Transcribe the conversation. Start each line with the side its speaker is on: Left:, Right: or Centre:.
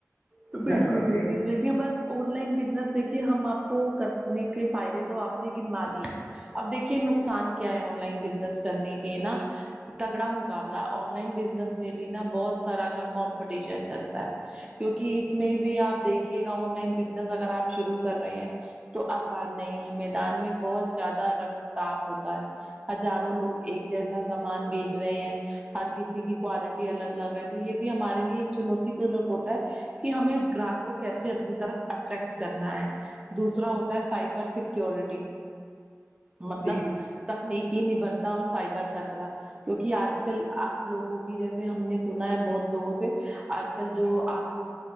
Right: تو بالکل
Left: گھر بیٹھے
Right: بالکل بس آن لائن بزنس دیکھیے ہم آپ کو کرنے کے فائدے تو آپ نے گنوا اب دیکھیے نقصان کیا ہے آن لائن بزنس کرنے کے نا تگڑا مقابلہ آن لائن بزنس میں بھی نا بہت طرح کا کمپٹیشن چلتا ہے کیونکہ اس میں بھی آپ دیکھیے گا آن لائن بزنس اگر آپ شروع کر رہے ہیں تو آسان نہیں ہے میدان میں بہت زیادہ رکتاب ہوتا ہے ہزاروں لوگ ایک جیسا سامان بیچ رہے ہیں ہر کسی کی کوالٹی الگ الگ ہے تو یہ بھی ہمارے لیے ایک چنوتی پورک ہوتا ہے ہمیں گراہک کو کیسے اپنی طرف اٹریکٹ کرنا ہے دوسرا ہوتا ہے سائبر سیکورٹی مطلب
Left: بالکل
Right: تکنیکی نبھرتا اور فائبر خطرہ کیونکہ آج کل آپ لوگوں کی جیسے ہم نے سنا ہے بہت لوگوں سے آج کل جو آپ لوگ